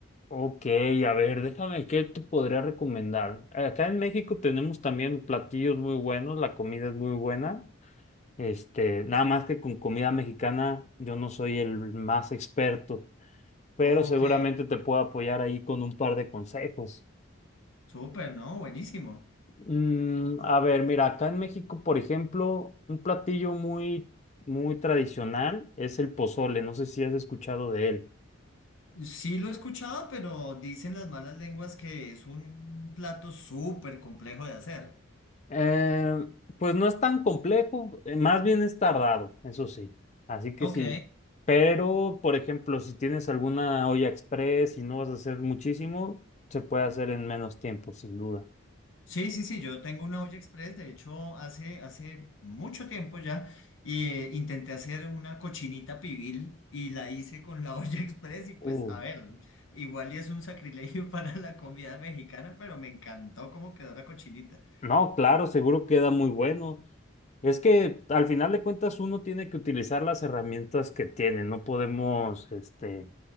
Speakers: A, on the left; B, on the left.
A: Ok, a ver, déjame, ¿qué te podría recomendar? Acá en México tenemos también platillos muy buenos, la comida es muy buena. Este, nada más que con comida mexicana yo no soy el más experto. pero
B: Ok,
A: seguramente te puedo apoyar ahí con un par de consejos.
B: súper, ¿no? Buenísimo.
A: Mm, a ver, mira, acá en México, por ejemplo, un platillo muy, muy tradicional es el pozole. No sé si has escuchado de él.
B: Sí lo he escuchado, pero dicen las malas lenguas que es un plato súper complejo de hacer.
A: Eh, pues no es tan complejo, eh, más bien es tardado, eso sí. Así que
B: Ok.
A: sí. Pero, por ejemplo, si tienes alguna olla express y no vas a hacer muchísimo, se puede hacer en menos tiempo, sin duda.
B: Sí, sí, sí, yo tengo una olla express, de hecho, hace, hace mucho tiempo ya, y eh, intenté hacer una cochinita pibil y la hice con la <laughs> olla express y pues,
A: Uh,
B: a ver, igual y es un sacrilegio <laughs> para la comida mexicana, pero me encantó cómo quedó la cochinita.
A: no, claro, seguro queda muy bueno. Es que al final de cuentas uno tiene que utilizar las herramientas que tiene, no podemos, este,